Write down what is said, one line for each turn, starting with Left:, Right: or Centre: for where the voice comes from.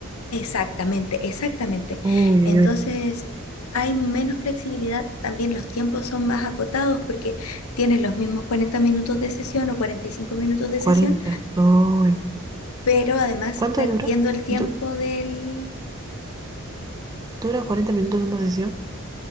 Left: Exactamente, exactamente.
Right: Uy, uy,
Left: Entonces,
Right: uy.
Left: hay menos flexibilidad, también los tiempos son más acotados porque tienes los mismos 40 minutos de sesión o 45 minutos de
Right: 40,
Left: sesión,
Right: Uy.
Left: pero además
Right: ¿Cuánto
Left: perdiendo
Right: dura?
Left: el tiempo
Right: Du-
Left: del,
Right: ¿Dura 40 minutos una sesión?